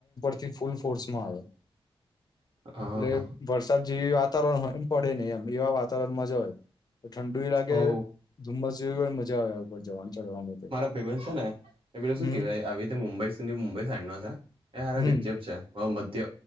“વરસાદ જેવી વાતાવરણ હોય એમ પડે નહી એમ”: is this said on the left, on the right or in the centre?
Left